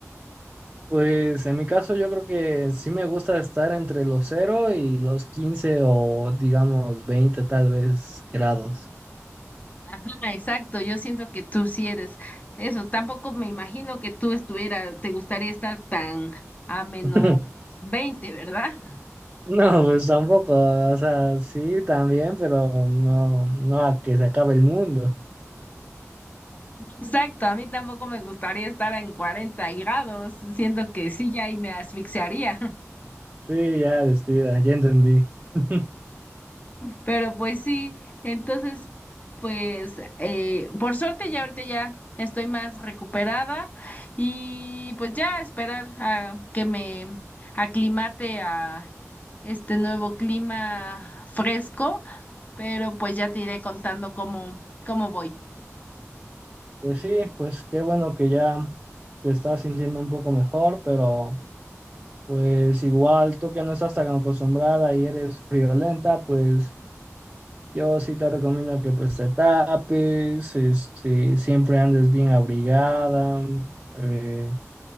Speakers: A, on the right; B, on the left.
A: Pues en mi caso yo creo que sí me gusta estar entre los cero y los 15 o digamos 20 tal vez grados.
B: Ajá, exacto, yo siento que tú sí eres eso. Tampoco me imagino que tú estuvieras, te gustaría estar tan a menos
A: <laughs>
B: veinte ¿verdad?
A: No, pues tampoco, o sea, sí, también, pero no, no a que se acabe el mundo.
B: <laughs> Exacto, a mí tampoco me gustaría estar en 40 grados, siento que sí ya ahí me asfixiaría.
A: Sí, ya descuida, ya entendí. <laughs>
B: Pero pues sí, entonces, pues eh, por suerte ya ahorita ya estoy más recuperada y pues ya esperar a que me aclimate a este nuevo clima fresco, pero pues ya te iré contando cómo, cómo voy.
A: Pues sí, pues qué bueno que ya te estás sintiendo un poco mejor, pero pues igual tú que no estás tan acostumbrada y eres friolenta, pues yo sí te recomiendo que pues te tapes, este, siempre andes bien abrigada, eh,